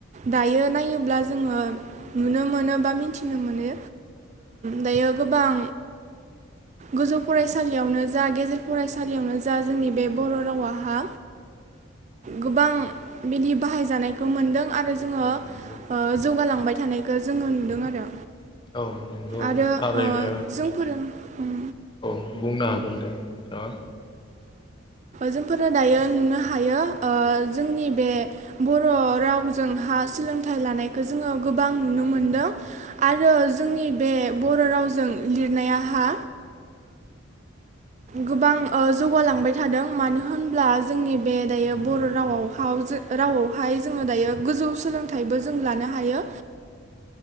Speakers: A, on the right; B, on the left.
A: दायो नायोब्ला जोङो नुनो मोनो बा मिथिनो मोनो दायो गोबां गोजौ फरायसालियावनो जा गेजेर फरायसालियावनो जा जोंनि बे बर' रावहा गोबां बिदि बाहायजानायखौ मोनदों आरो जोङो
B: औ नंगौ
A: जौगालांबाय थानायखौ जोङो नुदों आरो
B: औ नंगौ
A: आरो
B: थारैनो
A: ओ जोंफोरो उम
B: औ बुंनो हागोन दे ओ
A: जोंफोरो दायो नुनो हायो जोंनि बे बर' रावजोंहा सोलोंथाइ लानायखौ जोङो गोबां नुनो मोनदों आरो जोंनि बे बर' रावजों लिरनायाहा गोबां जौगालांबाय थादों मानो होनब्ला जोंनि बे दायो बर' रावावहाव रावावहाय जोङो दायो गोजौ सोलोंथाइबो जों लानो हायो